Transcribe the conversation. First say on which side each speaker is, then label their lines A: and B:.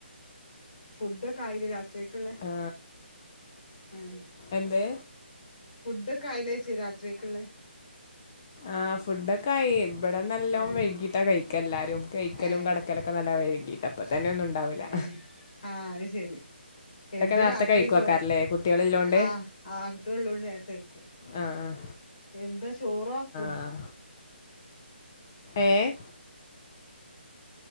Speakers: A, on the left; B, on the left.
A: ഫുഡൊക്കെ ആയിലെ രാത്രിക്കക്ക്ള്ള
B: ആ
A: ഏഹ്
B: എന്തേ
A: ഫുഡൊക്കെ ആയിലേച്ചേ രാത്രേക്ക്ള്ള
B: ആഹ് ഫുഡൊക്കായി ഇവിടെ നല്ലോം
A: ഏ
B: വൈകീട്ടാ കയ്ക്കല്ലാരും കൈക്കലും
A: ഏ
B: കടക്കലൊക്കെ നല്ലൊം വഴി കീട്ടാ പ്പ തന്നെ ഒന്നുണ്ടാവൂല്ല
A: ഏഹ് ആഹ് അഹ് ശരി എന്ത
B: നേരത്തെ
A: രാത്രി
B: കഴിക്കുവാക്കാരല്ലേ
A: ചോ
B: കുട്ടികളില്ലോണ്ട്
A: ആഹ് ആഹ് കുട്ട്യേള് ള്ളോണ്ട് നേര്ത്ത കൈക്കും
B: ആഹ് ആഹ്
A: എന്താ ചോറാ ഫുഡ്
B: ആഹ് ഏഹ്